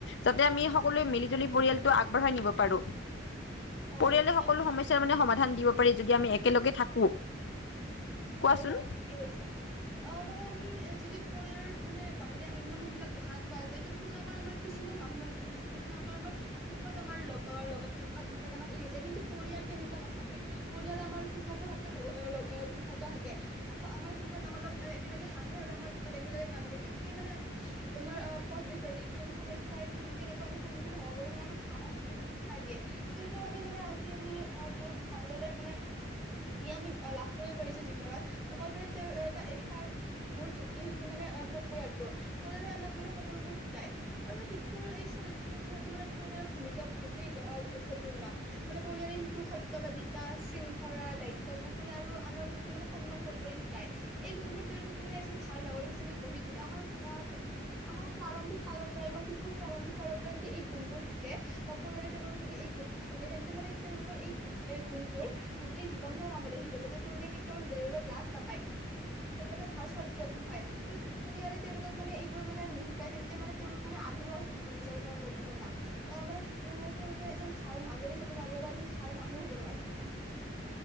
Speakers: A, on the left; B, in the centre.
A: যাতে আমি সকলোৱে মিলি-জুলি পৰিয়ালটো আগবাঢ়। বঢ়ায় নিব পাৰো।
B: হয়
A: পৰিয়ালে
B: ঠিকে
A: সকলো
B: কৈছা,
A: সমস্যাৰ মানে সমাধান দিব। পাৰে। যদি আমি একেলগে থাকো। কোৱাচোন
B: হয়, হয়, ঠিকেই কৈছা। অহ, মানে আমি। যদি পৰিয়ালৰ মানে বাহিৰে অন্য মানুহ বিলাক দেখা পোৱা যায়, তেওঁলোকৰ মানে অকমান কিছমান মানুহ আছে, যিবোৰ মানে। অকল আমাৰ, সুখত আমাৰ লগৰ লগত থাকে। বা দুখত আমাক এৰি যায় কিন্তু, পৰিয়াল তেনেকুৱা নহয়। পৰি পৰিয়াল আমাৰ সুখতো থাকে লগৰ অহ, লগ অ, দুখত। ত' থাকে। সুখ আমাৰ সুখত আমাৰ লগত একেলগে হাঁহে আৰু আমাৰ দুখ একেলগে কান্দে। তেওঁলোকে মানে আমাৰ জীৱন। জীৱনৰ অহ, পথ দেখুৱাই যায়। একদম সমস্যাৰ কোন কেনেকুৱ আমি সন্মুখীন হ'ব পাৰো মানে, আমাক সাহস দেখুৱাই ‌দিয়ে। তেওঁলোকৰ বাবে মানে, আজি আমি অ, মানে ভালদৰে মানে। যি আমি লাভ কৰিব পাৰিছো। বলত। অকল মানে তেওঁ এই তাৰ এ তাৰ মোৰ ভেটি হৈছে মানে অ, পৰিয়ালটো। পৰিয়ালে আমাক মানে সকলোবোৰ শিকায়। আৰু মানে, শিশুৰ এই চৰিত্ৰ গথনতো মানে পৰিয়ালৰ ভূমিকা বহুতেই। অহ', গুৰুত্বপূৰ্ণ মানে পৰিয়ালৰ শিশুক সত্যবাদিতা, শৃংখল, দায়িত্ববোৰ মানে আৰু আনৰ প্ৰতি। মানে সন্মান কৰিবলৈ শিকায়। এই গুণবোৰ তেওঁলোকক মানে এজন ভাল নাগৰিক হিচাপে গঢ়ি তোলে আমাৰ অহ, এজন। আমাৰ প্ৰাৰম্ভিক কালৰ পৰাই আমাৰ শিশুৰ প্ৰাৰম্ভিক কালৰ পৰা যদি, এই গুণবোৰ থাকে, বা পৰিয়ালে তেওঁলোক যদি এই। এই গুণব দিয়ে তেন্তে মানে, তেওঁলোকৰ এই গোট গুণবোৰ গোটেই জীৱন ভৰ কামত আহিব যাতে, তেওঁলোকে কেতি তেওঁ মানে বেলেগৰ লগত লাজ নাপায়। তেওঁলোকৰটো ভাল চৰিত্ৰ গঠন হয়। পৰিয়ালে তেওঁলোকক। মানে এইবোৰ মানে নিশিকাই, তেন্তে মানে তেওঁলোক মানে আধৰুৱা হৈ থাকিব নিজৰ নৈতিকতাত। অহ মানে মানে তেওঁলোকে এজন ভাল নাগৰিক হ'ব নোৱাৰিব বা এজন ভাল মানুহ হব নোৱাৰিব।